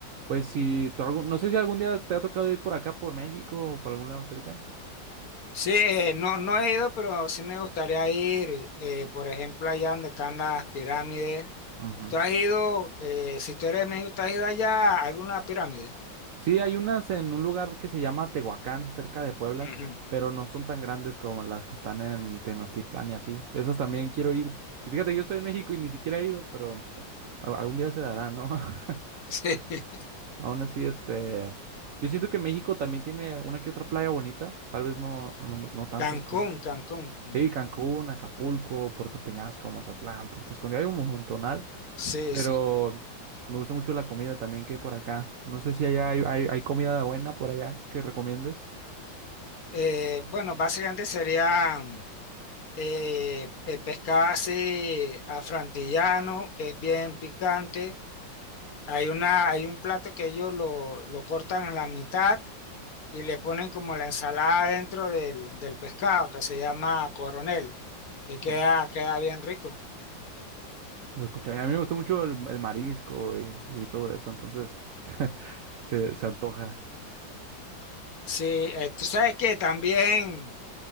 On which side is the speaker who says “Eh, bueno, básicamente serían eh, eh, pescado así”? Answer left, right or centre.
Left